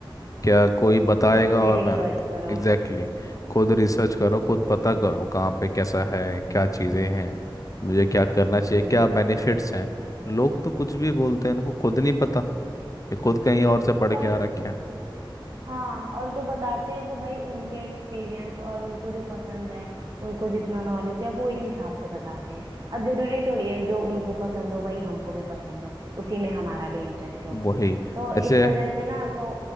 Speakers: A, on the left; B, on the right.
A: क्या कोई बताएगा
B: खुद से
A: और
B: रिसर्च
A: मैं
B: करो
A: एग्जैक्टली exactly, खुद रिसर्च करो खुद पता करो कहाँ पे कैसा है क्या चीज़ें हैं मुझे क्या करना चाहिए
B: हम्म
A: क्या बेनिफिट्स हैं लोग तो कुछ भी बोलते हैं उनको खुद नहीं पता ये खुद कहीं और से पढ़
B: और
A: के आ रखे हैं
B: हाँ और जो बताते हैं वो भाई उनके एक्सपीरियंस और उनको जो पसंद है उनको जितना नॉलेज है वो इस हिसाब से बताते हैं अब जरूरी थोड़ी है जो उनको पसंद हो भाई हमको भी पसंद हो उसी में हमारा भी इंटरेस्ट हो
A: वही
B: तो
A: ऐसे
B: इस वजह से ना तो